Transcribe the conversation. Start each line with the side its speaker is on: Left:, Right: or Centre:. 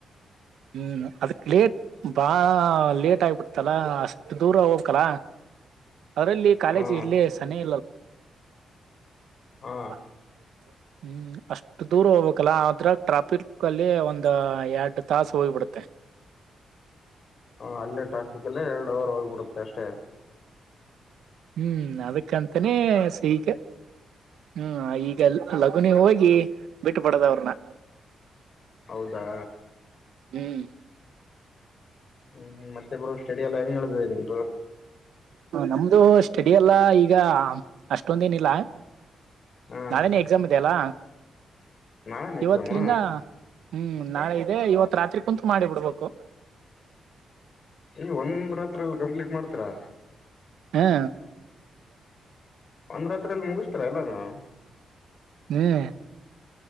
Right: ಹ್ಮ್ ಅದಕ್ ಲೇಟ್ ಬಾ ಲೇಟ್ ಆಗ್ಬಿಡ್ತಲ್ಲ ಅಷ್ಟ ದೂರ ಹೋಗ್ಕಲಾ
Left: <unintelligible>
Right: ಅವರಲ್ಲಿ ಕಾಲೇಜ್
Left: ಹಾ
Right: ಇರ್ಲಿ ಸನ ಇಲ್ಲಲ್ಲ
Left: ಹಾ
Right: ಪಾಲೆಲ್ಲ ಹ್ಮ್ ಅಷ್ಟ್ ದೂರ ಹೋಗ್ಬೇಕಲ್ಲ ಆದ್ರ ಟ್ರಾಫಿಕ್ ಅಲ್ಲಿ ಒಂದ ಎರಡು ತಾಾಸು ಹೋಗಿ್ಪಡುತ್ತೆ
Left: ಹ ಅಲ್ಲೇ ಟ್ರಾಫಿಕ್ ಅಲ್ಲೇ ಎರಡು ಅವರ್ ಹೋಗ್ಬಿಡುತ್ತೆ ಅಷ್ಟೇ
Right: ಹ್ಮ್ ಅದಕ್ಕಂತಾನೇ ಸೈಕ್ ಹ್ಮ್ ಈಗ ಲಗುನಿ ಹೋಗಿ ಬಿಟ್ಟುಬಡದವ್ರನ್ನ
Left: ಹೌದಾ
Right: ಹ್ಮ್
Left: ಹ್ಮ್ ಹು ಮತ್ತೆ ಬ್ರೋ ಸ್ಟಡಿ ಎಲ್ಲ ಹೆಂಗ ನಡದಿದೆ ಬ್ರೋ
Right: ನಮ್ದು ಸ್ಟಡಿ ಎಲ್ಲ ಈಗ ಅಷ್ಟೊಂದ ಏನಿಲ್ಲ
Left: ಹಾ
Right: ನಾಳೇನೆ ಎಕ್ಸಾಮ್ ಇದೆ ಅಲ್ಲ.
Left: ನಾಳೆನ
Right: ಇವತ್ಲಿಂದ
Left: ಎಕ್ಸಾಮು
Right: ಹ್ಮ್ ನಾಳೆ ಇದೆ ಇವತ್ ರಾತ್ರಿ ಕುಂತು ಮಾಡಿ ಬಿಡಬಕ
Left: ಈ ಒಂದ ರಾತ್ರಿ ಅಲ್ಲಿ ಕಂಪ್ಲೀಟ ಮಾಡ್ತೀರಾ
Right: ಹಾ
Left: ಒಂದ ರಾತ್ರಿಲಿ ಮುಗಸ್ತಿರ ಎಲ್ಲಾನಾ
Right: ಹ್ಮ್